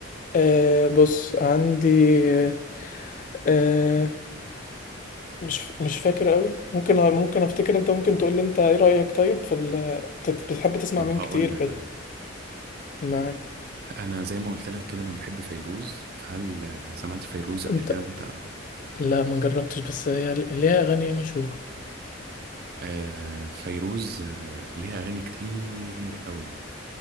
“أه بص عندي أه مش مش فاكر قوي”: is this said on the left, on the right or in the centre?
Left